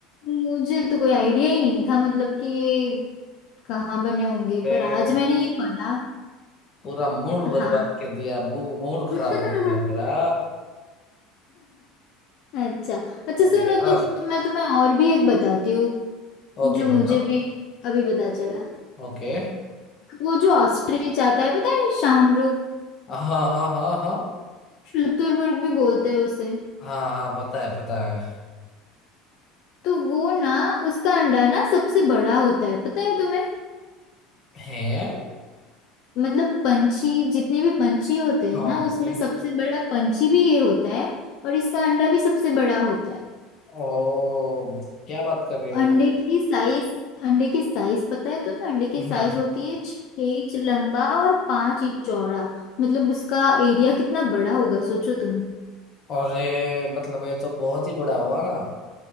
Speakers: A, on the left; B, on the left.
A: मुझे तो कोई आइडिया ही नहीं था मतलब कि ये कहाँ बने होंगे
B: अरे
A: पर आज मैंने ये पढ़ा
B: पूरा मूड बर्बाद
A: हाँ
B: कर दिया मू- मूड
A: <laughs>
B: खराब हो गया मेरा
A: <laughs> अच्छा अच्छा
B: अरे
A: सुनो
B: यार
A: तो मैं तुम्हें और भी एक बताती हूँ
B: ओके
A: जो मुझे
B: बताओ
A: भी अभी पता चला
B: ओके
A: वो जो ऑस्ट्रिच आता है पता है शाहमृग
B: हाँ हाँ हाँ हाँ हाँ
A: शुतुरमुर्ग भी बोलते हैं उसे
B: हाँ हाँ, पता है पता है
A: तो वो ना उसका अंडा ना सबसे बड़ा होता है पता है तुम्हें
B: है
A: मतलब पंछी जितने भी पंछी होते हैं
B: हाँ
A: ना
B: ओके
A: उसमें सबसे बड़ा पंछी भी ये होता है और इसका अंडा भी सबसे बड़ा होता है
B: ओ मतलब क्या बात कर रहे हो
A: अंडे की साइज अंडे की साइज पता है तुम्हें अंडे की
B: ना
A: साइज होती है छह इंच लंबा और पांच इंच चौड़ा मतलब उसका एरिया कितना बड़ा होगा सोचो तुम
B: अरे मतलब ये तो बहुत ही बड़ा हुआ ना